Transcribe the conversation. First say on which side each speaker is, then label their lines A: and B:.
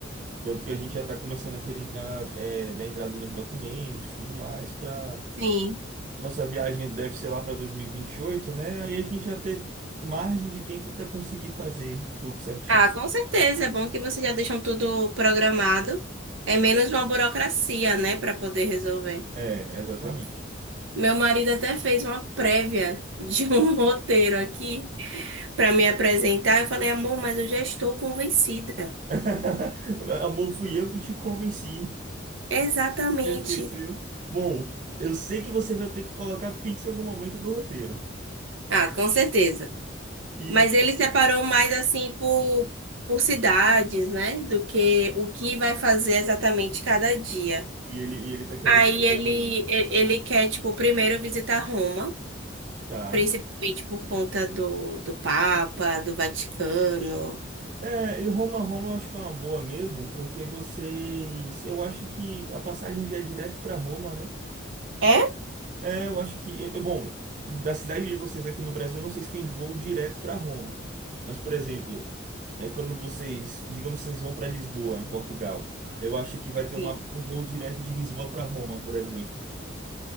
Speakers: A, on the right; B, on the right.
A: Tanto que a gente já está começando a querer entrar, é, dar entrada nos documentos, e tudo mais, para
B: Sim.
A: nossa viagem deve ser lá para dois mil e e vinte e oito, né? Aí a gente já ter margem de tempo para conseguir fazer tudo certinho.
B: Ah, com certeza. É bom que vocês já deixam tudo programado. É menos uma burocracia, né, para poder resolver.
A: É, exatamente.
B: Meu marido até fez uma prévia de um <laughs> roteiro aqui para me apresentar. Eu falei, amor, mas eu já estou convencida.
A: <laughs> Amor, fui eu que te convenci.
B: Exatamente.
A: Você Esqueceu. Bom, eu sei que você vai ter que colocar pizza em algum momento do roteiro.
B: Ah, com certeza.
A: E,
B: Mas ele separou mais assim por, por cidades, né, do que o que vai fazer exatamente cada dia.
A: e ele, e ele tá querendo
B: Aí
A: ir
B: ele,
A: onde?
B: e- ele quer, tipo, primeiro visitar Roma.
A: Tá.
B: Principalmente por conta do, do Papa, do Vaticano.
A: É, e Roma, Roma eu acho que é uma boa mesmo, porque vocês. Eu acho que a passagem já é direto pra Roma, né?
B: É?
A: É, eu acho que. é- é Bom, da cidade de vocês aqui no Brasil, eu não sei se tem voo direto para Roma. Mas, por exemplo, é, quando vocês. Digamos que vocês vão para Lisboa, em Portugal. Eu acho que vai ter
B: Sim.
A: uma- um voo direto de Lisboa para Roma, por exemplo.